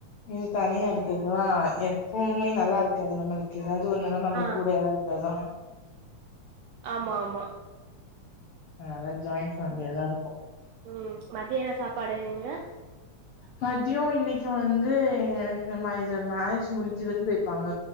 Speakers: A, on the left; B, on the right.
A: இனி தனியா இருக்கப்பல்லா எப்போமே நல்லா இருக்காது நம்மளு ஏதாது ஒண்ணுன்னா நம்மளுக்
B: ஆ
A: கூட யாராது இருந்தாதா
B: ஆமா ஆமா
A: அதனால ஜாயிண்ட் ஃபேமிலியா
B: ம்
A: தா இருக்கோ
B: ம் மதியான சாப்பாடு எங்க
A: மத்யோ இன்னிக்கு வந்து எனக்கு மைஜு மேரேஜ் முடிஞ்சு விருந்து வெப்பாங்க